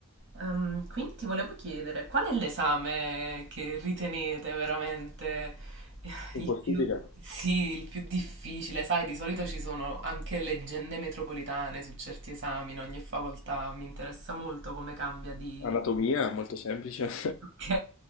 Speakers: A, on the right; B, on the left.
A: Ehm, quindi ti volevo chiedere, qual è l'esame che ritenete veramente <laughs>
B: Impossibile.
A: il più, sì, il più difficile? Sai, di solito ci sono anche leggende metropolitane su certi esami in ogni facoltà, mi interessa molto come cambia di...
B: Anatomia, molto semplice. <laughs>
A: Ok,